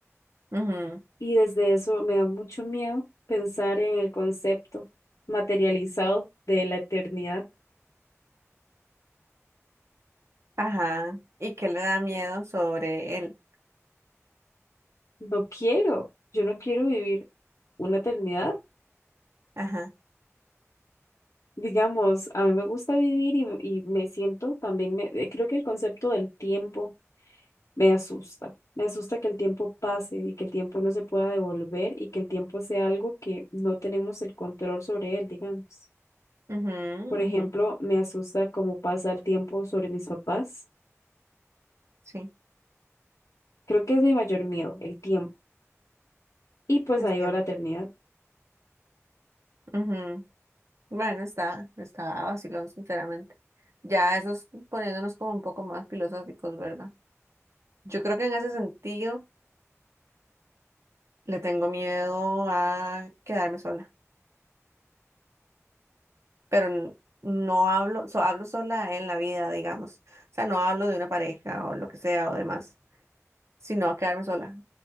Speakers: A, on the right (about 65°); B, on the left (about 85°).
A: ujú.
B: Y desde eso me da mucho miedo pensar en el concepto materializado de la eternidad.
A: Ajá. ¿Y qué le da miedo sobre él?
B: No quiero, yo no quiero vivir una eternidad.
A: Ajá.
B: Digamos, a mí me gusta vivir y, y me siento también, me- eh, creo que el concepto del tiempo me asusta. Me asusta que el tiempo pase y que el tiempo no se pueda devolver y que el tiempo sea algo que no tenemos el control sobre él, digamos.
A: Ujú,
B: Por ejemplo,
A: ujú.
B: me asusta cómo pasa el tiempo sobre mis papás.
A: Sí,
B: Creo que es mi mayor miedo, el tiempo. Y pues
A: el
B: ahí
A: tiempo.
B: va la eternidad.
A: Ujú. Bueno, está, está vacilón, sinceramente. Ya eso es poniéndonos como un poco más filosóficos, ¿verdad? Yo creo que en ese sentido le tengo miedo a quedarme sola, pero n- no hablo, so, hablo sola en la vida, digamos. O sea, no hablo de una pareja o lo que sea o demás, sino a quedarme sola